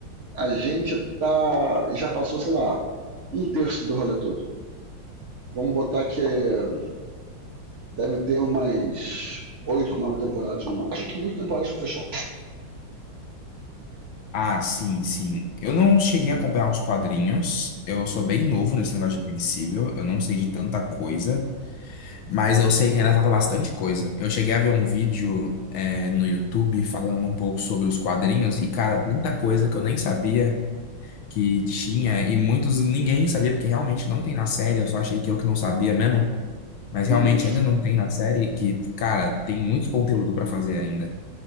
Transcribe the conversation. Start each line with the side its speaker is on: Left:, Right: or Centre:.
Right: a gente tá já passou, sei lá, um terço do rolê todo. Vamos botar que é- deve ter umas oito, nove temporadas no máximo. Acho que muitas temporadas pra fechar.
Left: Ah, sim, sim. Eu não cheguei a acompanhar os quadrinhos. Eu sou bem novo nesse negócio de Invencível. Eu não sei de tanta coisa. Mas eu sei que ainda falta bastante coisa. Eu cheguei a ver um vídeo, é, no YouTube falando um pouco sobre os quadrinhos. E, cara, tanta coisa que eu nem sabia que tinha. E muitos ninguém sabia, porque realmente não tem na série. Eu só achei que eu que não sabia mesmo. Mas realmente
Right: Hum,
Left: ainda não tem na série que, cara, tem muito conteúdo pra fazer ainda.